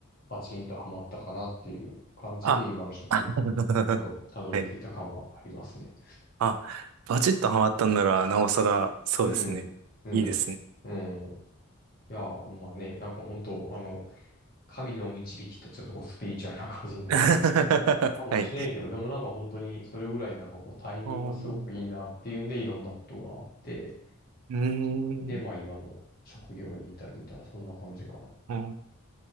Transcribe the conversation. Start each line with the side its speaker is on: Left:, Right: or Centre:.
Left: パチンとハマったかなっていう感じで、
Right: あ、
Left: 今の職に、
Right: あ <laughs>
Left: うん、たどり着いた感はありますね。
Right: はい。あ、バチッとハマったんなら、なおさら、そうですね。
Left: うん。うん、
Right: いいですね。
Left: そう。うん。いやー、まあね、なんか本当、あの、神の導きってちょっとこうスピリチュアルな感じになる
Right: <laughs>
Left: かもしれんけど、
Right: はい。
Left: でもなんか本当にそれぐらいなんかこうタイミングがすごくいいなっていうんで、
Right: おー
Left: いろんなことがあって、
Right: うー
Left: で、
Right: ん。
Left: まあ今の職業に至るみたいな、そんな感じかな。
Right: うん